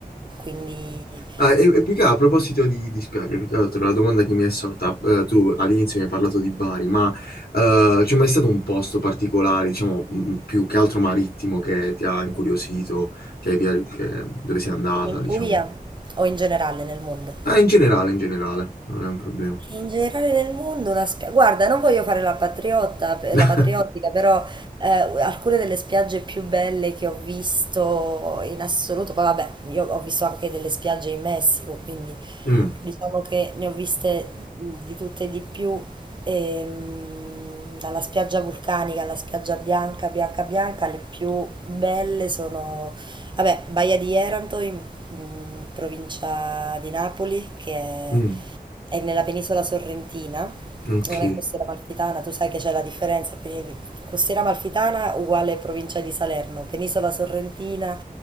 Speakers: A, on the right; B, on the left.
A: quindi...
B: Ah, e, e più che a proposito di, di spiagge, più che altro la domanda che mi è sorta, eh, tu all'inizio mi hai parlato di Bari, ma eh, c'è mai stato un posto particolare, diciamo, mm, più che altro marittimo che ti ha incuriosito, che hai via- che- dove sei andata,
A: In
B: diciamo?
A: Puglia o in generale nel mondo?
B: Eh, in generale, in generale, non è un problema.
A: In generale nel mondo la spiaggia, guarda, non voglio fare la patriotta,
B: <laughs>
A: la patriottica, però eh, alcune delle spiagge più belle che ho visto in assoluto, poi vabbè, io ho visto anche delle spiagge in Messico, quindi
B: Mm,
A: diciamo che ne ho viste di tutte e di più, ehm, dalla spiaggia vulcanica alla spiaggia bianca, bianca, bianca, le più belle sono, vabbè, Baia di Eranto in in provincia di Napoli, che è
B: mm,
A: è nella penisola sorrentina,
B: ok.
A: non è costiera amalfitana, tu sai che c'è la differenza, peni- costiera amalfitana uguale provincia di Salerno, penisola sorrentina,